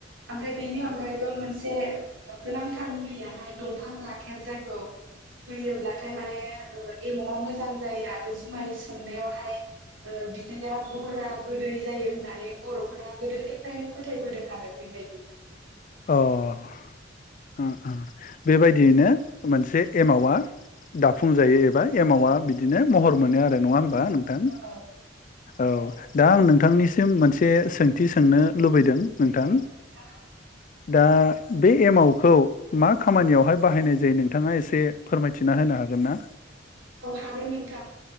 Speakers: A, on the right; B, on the left.
A: ओमफ्राय बेनि अनगायैबो मोनसे ओ गोनांथार मुलियाहाय दंफां राखेब जायखौ होयोब्लाथाय माने ओ एमाव मोजां जायो आरो जुमाय संनायावहाय ओ बिदिनो बहरा गोदै जायो होननानै बर'फोरा गोदोनिफ्रायनो फोथायबोदों आरो बेबायदि
B: अ ओ ओ बेबायदियैनो मोनसे एमावआ दाफुंजायो
A: जायो
B: एबा एमावा
A: आरो। औ
B: बिदिनो महर मोनो आरो नङाहोम ओ नोंथां
A: औ
B: औ
A: नाथाय
B: दा
A: औ
B: आं नोंथांनिसिम मोनसे बे सोंथि सोंनो लुबैदों नोंथां
A: औ नोंथां हागोन
B: दा बे एमावखौ मा खामानियावहाय बाहायनाय जायो नोंथाङा एसे फोरमायथिना होनो हागोन ना?
A: औ हागोन नोंथां